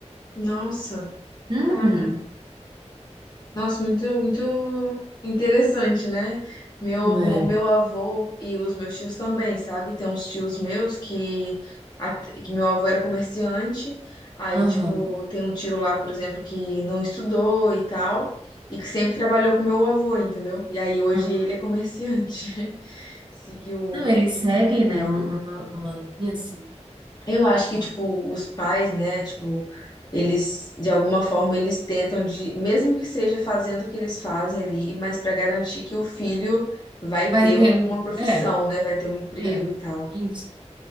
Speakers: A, on the left (about 35°); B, on the right (about 40°).
A: Nossa,
B: Uhum.
A: caraca. Nossa, muito, muito interessante, né? Meu,
B: É.
A: meu- o meu avô e os meus tios também, sabe? Tem uns tios meus que, at- que meu avô era comerciante, aí,
B: Aham.
A: tipo, tem um tio lá, por exemplo, que não estudou e tal, e que sempre trabalhou com meu avô, entendeu? E aí hoje
B: Ah.
A: ele é comerciante. <laughs> Seguiu. o
B: Não, eles seguem,
A: pai.
B: né, um- uma, uma linha assim
A: Eu acho que, tipo, os pais, né, tipo, eles, de alguma forma, eles tentam de, mesmo que seja fazendo o que eles fazem ali, mas para garantir que o filho vai
B: Vai
A: ter
B: ter.
A: uma
B: um,
A: profissão,
B: É,
A: né, vai ter um emprego
B: é.
A: e tal.
B: Isso.